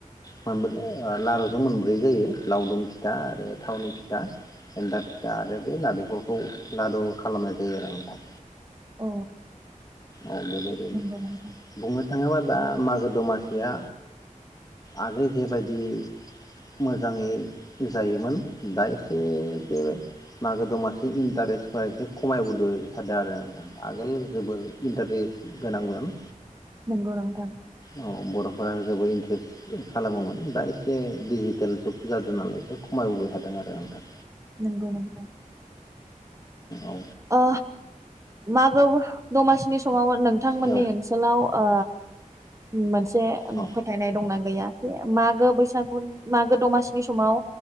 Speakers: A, on the left; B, on the right.
A: मोनबोदों ओ लारुजों मोनब्रै जायो लावदुम फिथा आरो थावनि फिथा एन्थाब फिथा आरो बे नालेखरखौ लारु खालामनाय जायो आरो नोंथां।
B: अ
A: औ बेबायदिनो
B: नंगौ नोंथां
A: बुंनो थाङोबा दा मागो दमास सिया आगोल जेबायदि मोजाङै जायोमोन दा एसे बे मागो दमासि इन्टारेस्टफ्रा एसे खमायबोबाय थादों आरो नोंथां आगोल जोबोर इन्टारेस्ट गोनांमोन।
B: नोंगौ नोंथां।
A: औ बर'फोरा जोबोद इन्टारेस्ट खालामोमोन दा एसे डिजिटेल जुग जादों नालाय एसे खमायबोबाय थादों आरो नोंथां।
B: नंगौ नंगौ।
A: औ
B: ओ मागोआबो दमासिनिस समावबोद नोंथांमोननि
A: औ
B: ओनसोलाव ओ मोनसे
A: औ
B: फोथायनाय दंना गैया खि मा गो बैसागु मागो दमासिनि समाव